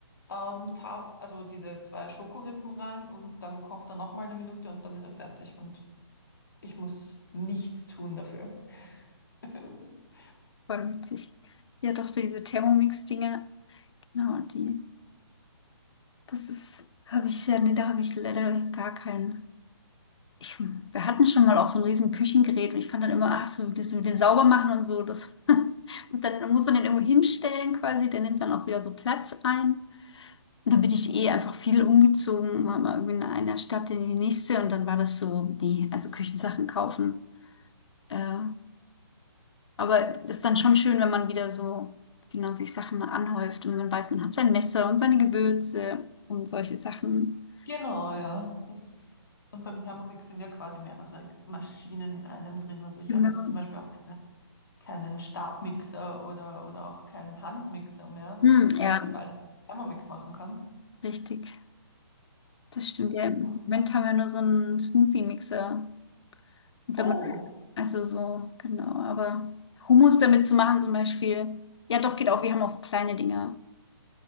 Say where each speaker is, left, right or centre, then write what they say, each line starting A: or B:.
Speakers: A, on the left (about 50°); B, on the left (about 75°).
A: Ähm, ta also diese zwei Schokorippen rein und dann kocht er nochmal eine Minute und dann ist er fertig und ich muss nichts tun dafür. <laughs>
B: Voll witzig. Ja, doch, so diese Thermomix-Dinger, genau, die, das ist, habe ich, ja, nee, da habe ich leider gar keinen. ich, wir hatten schon mal auch so ein riesen Küchengerät und ich fand dann immer, ach, so das mit dem Saubermachen und so, das, <laughs> und dann muss man den irgendwo hinstellen quasi, der nimmt dann auch wieder so Platz ein. Und dann bin ich eh einfach viel umgezogen, war mal irgendwie in einer Stadt in die nächste und dann war das so, nee, also Küchensachen kaufen. Äh, aber ist dann schon schön, wenn man wieder so, genau, sich Sachen anhäuft und man weiß, man hat sein Messer und seine Gewürze und solche Sachen.
A: Genau, ja. Das. Und beim Thermomix sind ja quasi mehrere Maschinen in einem drin. Also ich
B: Genau.
A: habe jetzt zum Beispiel auch keine, keinen Stabmixer oder, oder auch keinen Handmixer mehr,
B: Hm,
A: weil
B: ja,
A: ich das alles mit Thermomix machen kann.
B: richtig. Das stimmt ja. Im
A: Und-
B: Moment haben wir nur so einen Smoothie-Mixer. Und
A: Oh,
B: wenn man, also so, genau. Aber Hummus damit zu machen zum Beispiel. Ja, doch, geht auch. Wir haben auch so kleine Dinger.